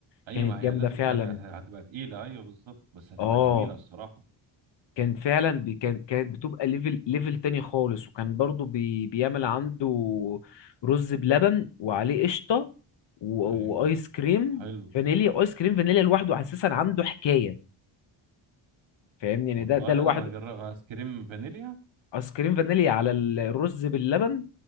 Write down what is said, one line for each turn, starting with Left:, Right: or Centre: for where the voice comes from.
Right: اي
Left: كانت
Right: ما هي
Left: جامده
Right: لازم
Left: فعلا
Right: تبقى هتبقى تقيله ايوه بالظبط بس هتبقى
Left: اه
Right: جميله الصراحه
Left: كان فعلا بي كان كانت بتبقى ليفل ليفل تاني خالص وكان برضو بي بيعمل عنده رز بلبن وعليه قشطه و-
Right: ايوه
Left: وايس كريم
Right: حلو
Left: فانيليا ايس كريم فانيليا لوحده اساسا عنده حكايه فاهمني يعني
Right: والله
Left: ده ده لوحده
Right: انا ما جرب ايس كريم فانيليا
Left: ايس كريم فانيليا على الرز باللبن